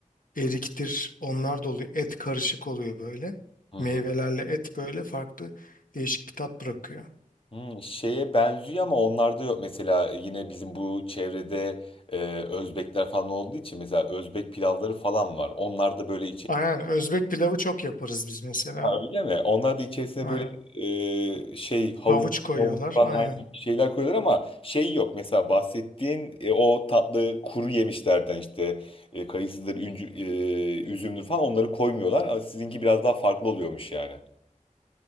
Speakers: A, on the left; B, on the left.
A: eriktir onlar da oluyor et karışık oluyor böyle
B: Hı
A: meyvelerle
B: hı.
A: et böyle farklı değişik bir tat bırakıyor.
B: Hı, şeye benziyor ama onlarda yok. Mesela yine bizim bu çevrede e, Özbekler falan olduğu için mesela Özbek pilavları falan var. Onlar da böyle
A: Aynen Özbek pilavı çok yaparız biz mesela.
B: Ha, öyle mi? Onlar da içerisine
A: Aynen.
B: böyle e, şey havuç
A: Havuç koyuyorlar.
B: havuç falan
A: Aynen.
B: aynı şeyler koyuyorlar ama şey yok. Mesela bahsettiğin e, o tatlı kuru yemişlerden işte e, kayısıdır, üncü, e, üzümdür falan onları koymuyorlar. Ama Sizinki biraz daha farklı oluyormuş yani.